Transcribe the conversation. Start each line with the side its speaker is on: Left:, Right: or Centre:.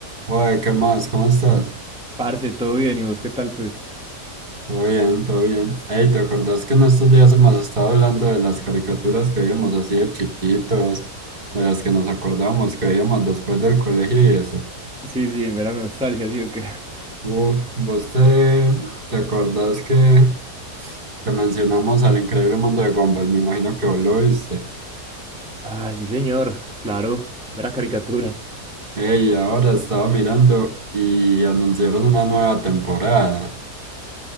Right: Oye, ¿qué más? ¿Cómo estás?
Centre: Parce, todo bien, ¿y vos qué tal, pues?
Right: Todo bien, todo bien. Hey, ¿te acordás que en estos días hemos estado hablando de las caricaturas que veíamos así de chiquitos, de las que nos acordamos que veíamos después del colegio y eso?
Centre: Sí, sí, mera nostalgia, ¿sí o qué? <laughs>
Right: Uf, ¿vos te, te acordás que, que mencionamos al increíble mundo de Gumball? Me imagino que vos lo viste.
Centre: Ah, sí, señor, claro, mera caricatura.
Right: Hey, ahora estaba mirando y anunciaron una nueva temporada.